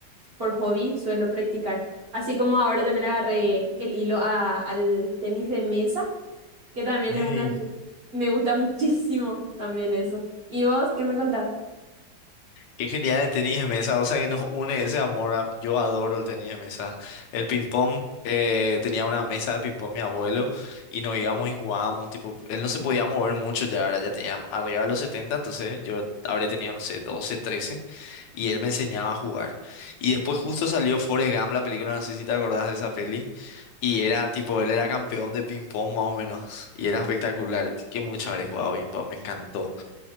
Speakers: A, on the right (about 40°); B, on the left (about 80°).
A: por hobby suelo practicar. Así como ahora también agarré el hilo a- al tenis de mesa, que también
B: <laughs>
A: es una... Me gusta muchísimo también eso. ¿Y vos qué me contás?
B: Qué genial el tenis de mesa, o sea que nos une ese amor. a- Yo adoro el tenis de mesa. El ping-pong, eh, tenía una mesa de ping-pong mi abuelo y nos íbamos y jugábamos. Tipo, él no se podía mover mucho ya, ahora ya tenía arriba de los setenta entonces yo habré tenido, no sé, doce trece y él me enseñaba a jugar. Y después justo salió Forrest Gump, la película, no sé si te acordás de esa peli, y era tipo, él era campeón de ping-pong más o menos y era espectacular. Qué mucho haber jugado ping-pong, me encantó.